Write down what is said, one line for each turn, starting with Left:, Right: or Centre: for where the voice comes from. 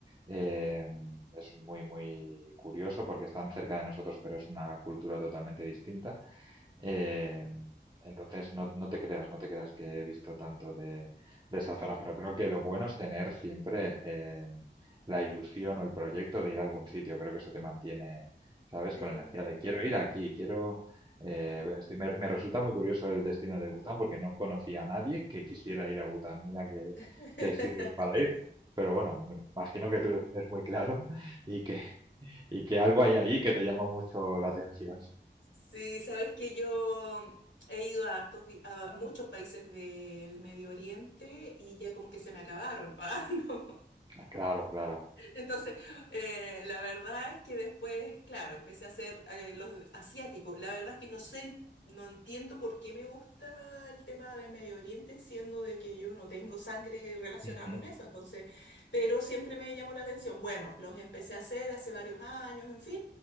Right: Eh, es muy, muy curioso porque están cerca de nosotros, pero es una cultura totalmente distinta. Eh, entonces, no, no te creas, no te creas que he visto tanto de, de esa
Left: Sí,
Right: zona, pero creo que lo bueno es tener siempre eh, la ilusión o el proyecto de ir a algún sitio. Creo que eso te mantiene, ¿sabes?
Left: sí.
Right: Con energía de quiero ir aquí, quiero eh, ver esto". Y me, me resulta muy curioso el destino de Bután porque no conocía a nadie que quisiera ir a Bután. Mira que,
Left: <laughs>
Right: que hay sitios para ir, pero bueno, me imagino que tú lo tienes muy claro <laughs> y que, y que algo hay ahí que te llama mucho la atención.
Left: Sí, sabes que yo he ido a, hartos vi- a muchos países del Medio Oriente y ya como que se me acabaron. <laughs> Ah, no.
Right: Ah, Claro, claro.
Left: Entonces, eh, la verdad es que después, claro, empecé a hacer eh, los asiáticos. La verdad es que no sé, no entiendo por qué me gusta el tema de Medio Oriente, siendo de que yo no tengo sangre relacionada
Right: <laughs>
Left: con eso. Entonces, pero siempre me llamó la atención. Bueno, los empecé a hacer hace varios años, en fin.